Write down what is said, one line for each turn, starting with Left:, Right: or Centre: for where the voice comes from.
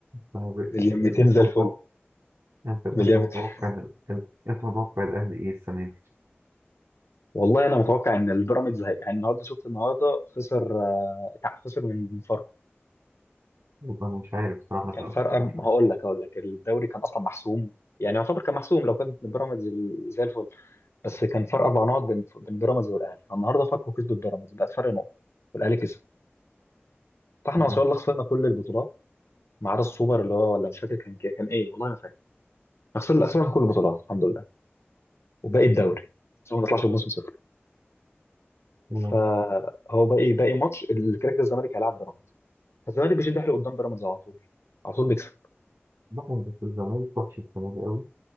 Right: ما هو ب-
Left: مليون
Right: انت
Left: 200
Right: انت
Left: زي
Right: متوقع
Left: الفل
Right: انت
Left: مليون
Right: انت متوقع
Left: 200
Right: ال- ال- انت متوقع الاهلي ايه السنه دي؟
Left: والله انا متوقع ان البيراميدز هي... يعني النهارده شفت النهارده خسر آه، تع- خسر من من فاركو
Right: والله انا مش عارف بصراحه ما
Left: كان
Right: تعرفش
Left: فرق أرب...
Right: مش عارف
Left: هقول لك هقول لك الدوري كان اصلا محسوم يعني يعتبر كان محسوم لو كان بيراميدز ال- زي الفل بس كان فرق اربع نقط بين بين بيراميدز والاهلي فالنهارده فاركو كسب البيراميدز بقت فرق نقطه والاهلي كسب فاحنا
Right: مم.
Left: ما شاء الله خسرنا كل البطولات ما عدا السوبر اللي هو ولا مش فاكر كان كان ايه والله ما فاكر خسرنا خسرنا كل البطولات الحمد لله وباقي الدوري عشان ما نطلعش بموسم صفر
Right: مم.
Left: فهو باقي باقي ماتش اللي كده كده الزمالك هيلعب بيراميدز فالزمالك بيشد حيله قدام بيراميدز على طول على طول بيكسب
Right: لا بس الزمالك وحش السنه دي قوي